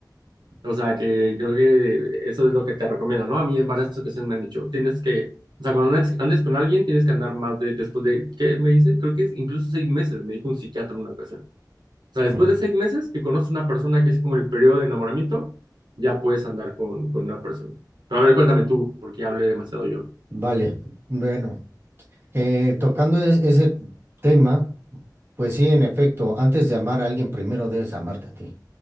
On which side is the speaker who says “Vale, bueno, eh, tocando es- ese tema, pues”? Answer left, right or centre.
Right